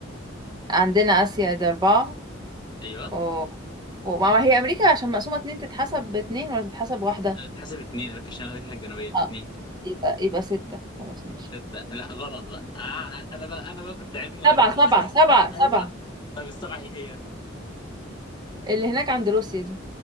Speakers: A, on the right (about 20°); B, on the left (about 20°).
A: عندنا اسيا دي اربعة
B: ايوه
A: و... وما ما هي امريكا عشان مقسومة اتنين تتحسب باتنين ولا تتحسب واحدة
B: انا بتحسب اتنين امريكا الشمالية وامريكا الجنوبية دي
A: اه
B: اتنين
A: يبقى يبقى ستة خلاص ماشي
B: ستة لا غلط بقى آه انا بقى انا بقى كنت علمي وعارفها
A: سبعة سبعة سبعة
B: <laughs>
A: سبعة
B: ايوه طيب السبعة ايه هي؟
A: اللي هناك عند روسيا دي